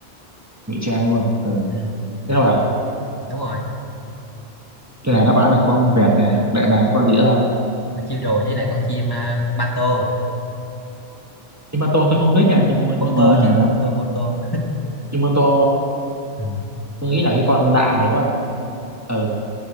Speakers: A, on the right (about 15°); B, on the left (about 20°).
A: ngụy trang luôn ừ.
B: ừ,
A: thế thôi à
B: đúng rồi
A: thế là đáp án là con vẹt nè đại bàng con gì nữa là
B: con chim rồi với lại con chim uh, ba tô
A: chim ba tô tôi không biết nha nhưng mà
B: bô
A: nhưng
B: tô
A: mà hả
B: chứ bô tô bô tô
A: chim ba tô
B: <laughs> ừ.
A: tôi nghĩ là cái con lạ này quá ừ